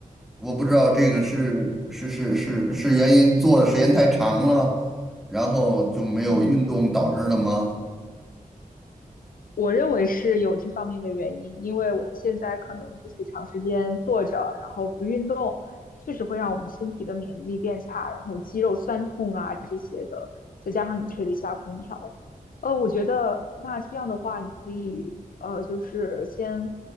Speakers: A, in the centre; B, on the left (about 75°).
A: 我不知道这个是是是是是原因做的时间太长了，然后就没有运动导致的吗？
B: 嗯。我认为是有这方面的原因，因为我们现在可能就是长时间坐着，然后不运动，确实会让我们身体的免疫力变差，然后肌肉酸痛啊这些的，再加上你吹了一下空调，呃，我觉得那这样的话，你可以呃就是先